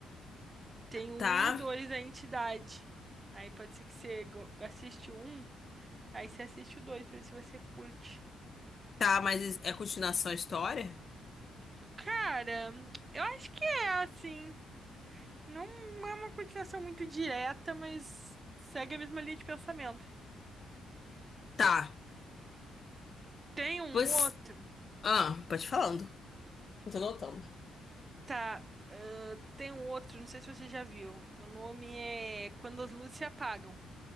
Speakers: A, on the right (about 30°); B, on the left (about 40°).
A: Tem o
B: Tá,
A: um e o dois da entidade. Aí pode ser que você go- assiste o um, aí você assiste o dois pra ver se você curte.
B: tá, mas é continuação a história?
A: Cara, eu acho que é assim. Não é uma continuação muito direta, mas segue a mesma linha de pensamento.
B: Tá,
A: Tem um
B: pois.
A: outro,
B: Ah, pode falando. Eu tô notando.
A: tá? ah, tem um outro, não sei se você já viu. O nome é Quando as Luzes Se Apagam.